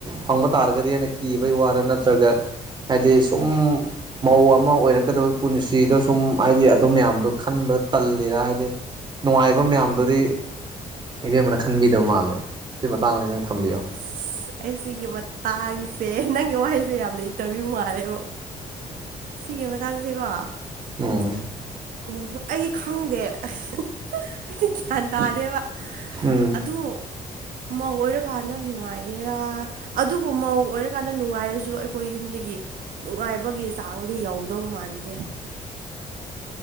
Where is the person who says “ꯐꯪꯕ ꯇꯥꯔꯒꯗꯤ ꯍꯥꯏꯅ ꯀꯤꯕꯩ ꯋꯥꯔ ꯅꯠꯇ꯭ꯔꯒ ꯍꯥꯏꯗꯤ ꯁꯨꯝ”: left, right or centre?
Right